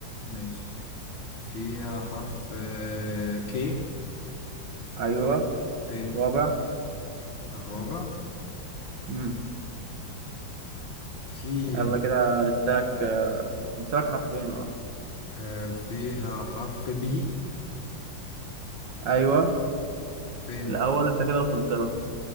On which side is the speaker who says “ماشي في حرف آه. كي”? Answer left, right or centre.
Left